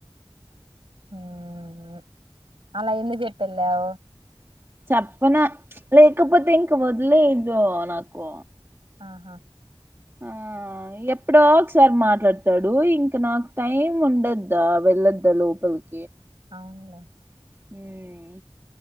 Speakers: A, on the right; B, on the right.
A: మ్మ్ మ్ అలా ఎందుక్ చెప్పెల్లావ్
B: చెప్పన లేకపోతే ఇంక వదిలేదు నాకు
A: ఆహా
B: ఆ ఎప్పుడో ఒకసారి మాట్లాడతాడు ఇంకా నాకు టైం ఉండద్దా వెళ్ళద్దా లోపలికి
A: అవునులే
B: హుమ్